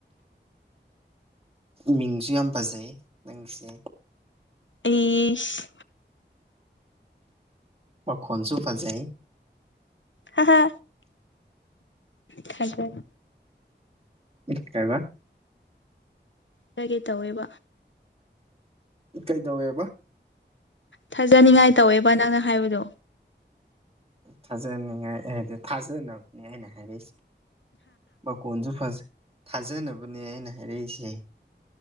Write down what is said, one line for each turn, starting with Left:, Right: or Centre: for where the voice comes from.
Right: ꯃꯤꯡꯁꯨ ꯌꯥꯝ ꯐꯖꯩ ꯅꯪꯁꯦ꯫
Left: ꯑꯩꯁ
Right: ꯃꯈꯣꯟꯁꯨ ꯐꯖꯦ
Left: ꯍꯥ ꯍꯥ ꯊꯒꯠ
Right: ꯏ ꯀꯩꯕ
Left: ꯍꯥꯏꯒꯦ ꯇꯧꯋꯦꯕ
Right: ꯀꯩꯗꯧꯋꯦꯕ
Left: ꯊꯥꯖꯅꯤꯡꯉꯥꯏ ꯇꯧꯋꯦꯕ ꯅꯪꯅ ꯍꯥꯏꯕꯗꯣ
Right: ꯊꯥꯖꯅꯤꯡꯉꯥꯏ ꯍꯥꯏꯗꯤ ꯊꯥꯖꯅꯕꯅꯦ ꯑꯩꯅ ꯍꯥꯏꯔꯛꯏꯁꯦ ꯃꯀꯣꯟꯁꯨ ꯐꯖꯩ ꯊꯥꯖꯅꯕꯅꯦ ꯑꯩꯅ ꯍꯥꯏꯔꯛꯏꯁꯦ